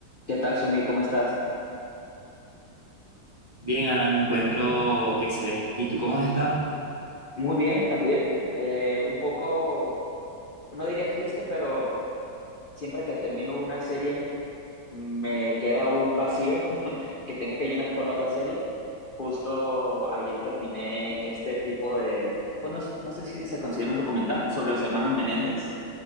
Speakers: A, on the left; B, on the right.
A: ¿Qué tal, Samir? ¿Cómo estás?
B: Bien, Alan, me encuentro excelente. ¿Y tú cómo has estado?
A: Muy bien, también. Eh, un poco, no diría triste, pero siempre que termino una serie me queda un vacío <laughs> que tengo que llenar con otra serie. Justo ayer terminé este tipo de, pues no, no sé si se considera un documental sobre los hermanos Menéndez,